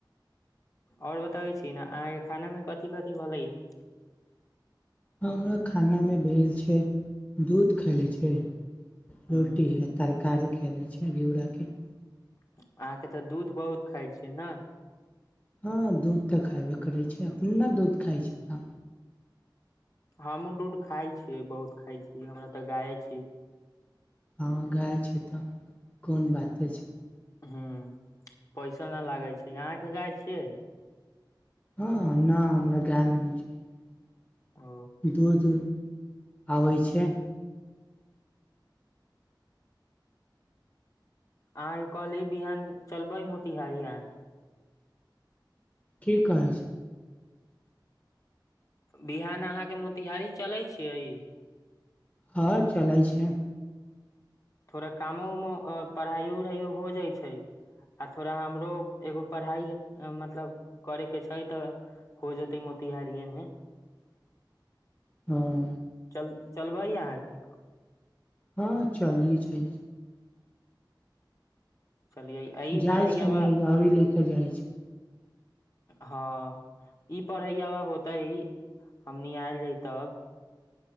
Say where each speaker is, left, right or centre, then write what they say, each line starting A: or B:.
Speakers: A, on the left; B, on the left.
A: आओर बताबै छियै ने अहाँके, खानामे कथि कथि भेलै ह।
B: हमरा खानामे भेल छै दूध, खाय लेल
A: हम्म,
B: रोटी आ। तरकारी खा लेलहुँ छै, घिउराके।
A: अहाँ तऽ दूध बहुत खाइ छी ने।
B: हँ, दूध तऽ खएबे करै छै, अपन नै दूध खाइत छै।
A: हमहुँ दूध खाइ छियै, बहुत खाइ छियै, हमरा तऽ गाय छै।
B: हँ, गाय छै तऽ कोन बात अछि।
A: हूॅं पैसा न लागै छै अहाँ के गाय छियै
B: हँ न हम गाय ल <unintelligible> च
A: ओ
B: दूध आबै छै
A: आई कहलियै बिहान चलबै मोतिहारी अहाँ
B: की कहै छी
A: बिहान अहाँ के मोतिहारी चलै छियै।
B: हँ चलैत छै।
A: थोड़ा कामो उमो पढ़ाइयो उढ़ाइयो हो जाइ छै आ थोड़ा हमरो एगो पढ़ाइ मतलब करै के छै तऽ हो जतै मोतिहारीये मे
B: हँ
A: चल चलबैऽ अहाँके
B: हँ चली छै
A: चलियै आ ई
B: जाइत
A: पढ़ैयाबा
B: छै ने गड़ी ले कऽ जाइत छै
A: हँ ई पढ़ैया में होतेइ हमनी आयल तब